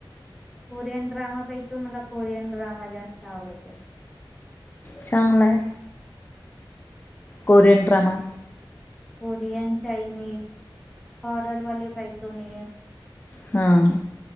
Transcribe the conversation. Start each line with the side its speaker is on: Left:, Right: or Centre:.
Centre: कोरियन ड्रामा पाहितो, मला कोरियन ड्रामा जास्त आवडतो.
Left: छान आहे. Korean drama.
Centre: Korean, Chinese, horror वाले बाई तुम्ही.
Left: हां